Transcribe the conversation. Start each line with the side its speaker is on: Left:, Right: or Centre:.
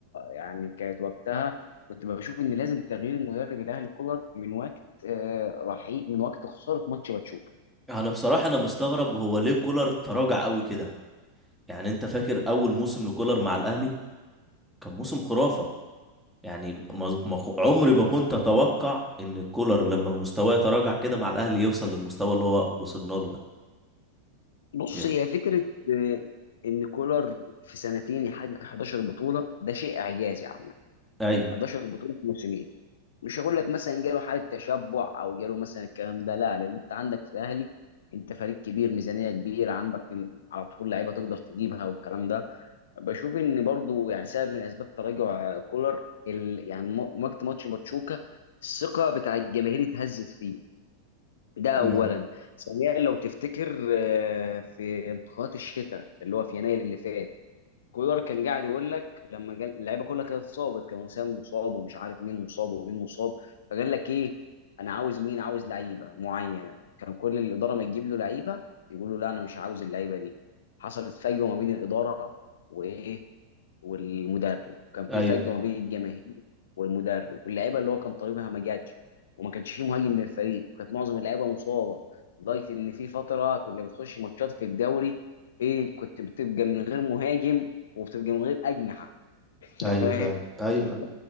Left: يعني كانت وقتها كنت بشوف ان لازم تغيير المدرب الاهلي كولر من وقت آه، رحيل من وقت خساره ماتش باتشوكا
Centre: انا بصراحة انا مستغرب هو ليه كولر تراجع قوي كده يعني انت فاكر اول موسم لكولر مع الاهلي كان موسم خرافة يعني ما ما- عمري ما كنت اتوقع ان كولر لما مستواه يتراجع كده مع الاهلي يوصل للمستوى اللي هو وصلنا له ده
Left: بص
Centre: إيه،
Left: هي فكره آه، ان كولر في سنتين يحقق 11 بطوله ده شيء اعجازي عامه
Centre: ايوه
Left: 11 بطوله في موسمين مش هقول لك مثلا جاله حاله تشبع او جاله مثلا الكلام ده لا لان انت عندك في الاهلي انت فريق كبير ميزانيه كبيره عندك على طول لعيبه تقدر تجيبها والكلام ده بشوف ان برضو يعني سبب من اسباب تراجع كولر ال... يعني م- وقت ماتش باتشوكا الثقه بتاع الجماهير اتهزت فيه ده اولا
Centre: امم
Left: ثانيا لو تفتكر آه، في انتخابات الشتاء اللي هو في يناير اللي فات كولر كان قاعد يقول لك لما قال اللعيبه كلها كانت اتصابت كان وسام مصاب ومش عارف مين مصاب ومين مصاب فقال لك ايه انا عاوز مين عاوز لعيبه معينه كان كل الاداره ما تجيب له لعيبه يقول له لا انا مش عاوز اللعيبه دي حصلت فجوه ما بين الاداره وايه والمدرب كان في
Centre: ايوه
Left: فجوه ما بين الجماهير والمدرب واللعيبه اللي هو كان طالبها ما جاتش وما كانش فيه مهاجم من الفريق وكانت معظم اللعيبه مصابه لدرجه ان في فتره كنا بتخش ماتشات في الدوري ايه كنت بتبقى من غير مهاجم وبتبقى من غير اجنحه <laughs> انت
Centre: ايوه
Left: فاهم
Centre: فعلا ايوه
Left: كنت بت-